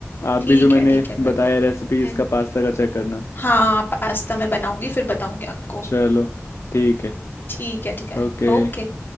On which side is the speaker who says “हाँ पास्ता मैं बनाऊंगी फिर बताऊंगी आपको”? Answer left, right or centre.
Left